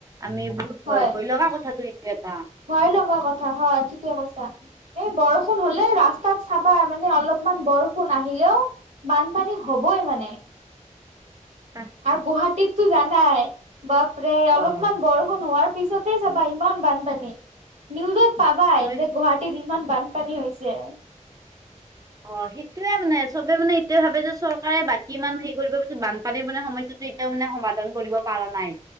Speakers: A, on the right; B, on the right.
A: আমি বহুত
B: হয়
A: ভয় ভয় লগা কথাটো এইটো এটা
B: ভয় লগা কথা হয় ঠিকে কৈছা এই বৰষুণ হলে ৰাস্তাত চাবা মানে অলপমান বৰষুণ আহিলেও বানপানী হবই মানে
A: তাকে
B: আৰু গুৱাহাটীততো জানাই বাপৰে
A: অ
B: অলপমান বৰষুণ হোৱাৰ পিছতে চাবা ইমান বানপানী নিউজত পাবাই
A: তুমি
B: যে গুৱাহী ইমান বানপানী হৈছে
A: অ সেইটোয়ে মানে চবে মানে এইটয়ে ভাবে যে চৰকাৰে বাকী ইমান হেৰি কৰিব পত বানপানীৰ মানে সমস্যাটো তেওঁ সমাধান কৰিব পৰা নাই